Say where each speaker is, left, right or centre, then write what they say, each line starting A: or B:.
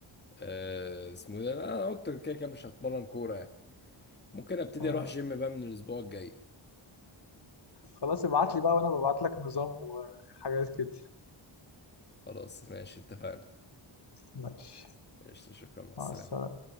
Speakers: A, on the left; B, on the left.
A: آه، اسمه ايه ده؟ انا قلت كده كده مش هتمرن كورة يعني ممكن ابتدي
B: آه،
A: اروح جيم بقى من الاسبوع الجاي
B: خلاص ابعت لي بقى وأنا ببعت لك نظام وحاجات كده
A: خلاص ماشي اتفقنا
B: ماشي
A: قشطة، شكرا مع السلامة
B: مع السلامة